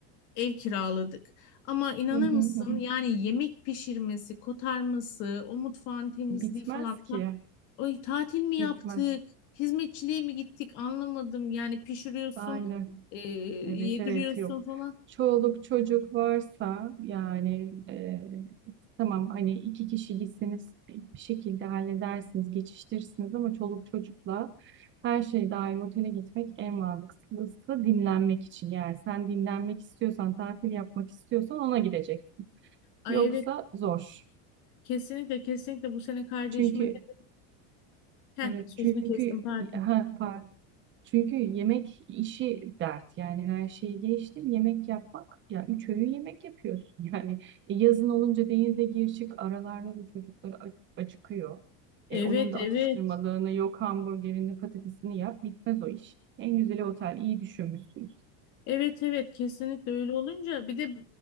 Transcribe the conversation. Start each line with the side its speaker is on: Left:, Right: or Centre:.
Left: ev kiraladık ama inanır
Right: Hı hı
Left: mısın
Right: hı.
Left: yani yemek pişirmesi kotarması o mutfağın temizliği
Right: Bitmez
Left: falan
Right: ki.
Left: Ay tatil mi yaptık?
Right: Bitmez.
Left: Hizmetçiliğe mi gittik? Anlamadım. Yani pişiriyorsun,
Right: Aynen.
Left: e, yediriyorsun
Right: Evet evet yok.
Left: falan.
Right: Çoluk çocuk varsa yani e, Tamam hani iki kişi gitseniz bir şekilde halledersiniz, geçiştirirsiniz ama çoluk çocukla her şey dahil otele gitmek en mantıklısı dinlenmek için. Yani sen dinlenmek istiyorsan, tatil yapmak istiyorsan ona gideceksin.
Left: Ay
Right: Yoksa
Left: evet
Right: zor.
Left: kesinlikle kesinlikle bu sene kardeşime
Right: Çünkü
Left: de... Heh,
Right: evet
Left: sözünü
Right: çünkü
Left: kestim pardon.
Right: ha, pardon. Çünkü yemek işi dert yani her şeyi geçtim yemek yapmak ya üç öğün yemek yapıyorsun <laughs> yani e, yazın olunca denize gir çık aralarda da çocuklar ac- acıkıyor.
Left: Evet
Right: E, onun da
Left: evet
Right: atıştırmalığını yok hamburgerini patatesini yap bitmez o iş. En güzeli otel iyi düşünmüşsünüz.
Left: Evet evet kesinlikle öyle olunca bir de